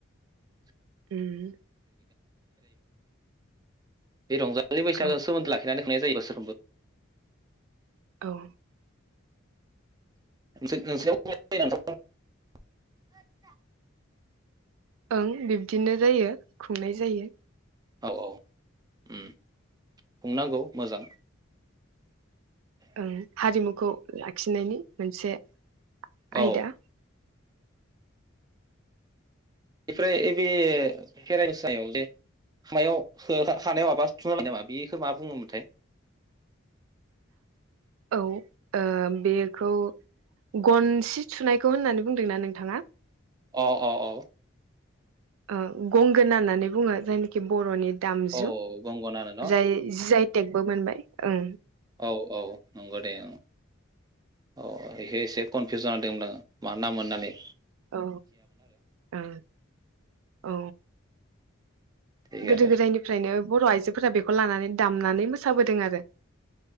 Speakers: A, on the right; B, on the right.
A: <unintelligible> <unintelligible>
B: उम
A: बे रंजा लि बैसागो
B: औ
A: सोमोन्दो लाखिनानै खुंनाय जायो बोसोरफ्रामबो
B: द'
A: <unintelligible>
B: ओं बिब्दिनो जायो खुंनाय जायो
A: औ औ उम बुंनांगौ मोजां।
B: ओं हारिमुखौ लाखिनायनि मोनसे
A: औ
B: आयदा
A: बेफ्राय बेे भेरसायाव जे हायाव हा-हानायाव माबा थुबबाय नामा बेखौ मा बुङोमोनथाय
B: औ ओ बेखौ गनसि थुनायखौ होननानै बुंदोंना नोंथाङा?
A: अ औ औ
B: ओ गंगोन होननानै बुङो जायनाखि बर'नि दामजु
A: औ गंगनानो न'
B: जाय जाय टेकबो मोनबाय ओं
A: औ औ नंगौ दे औ अ बेखौ एसे कनफिउसन दोंमोन आं मा ना मोननानै
B: औ ओ औ।
A: थिगानो
B: गोदो गोदायनिफ्रायनो बर' आइजो हौआफोरा बेखौ लानानै दामनानै मोसाबोदों आरो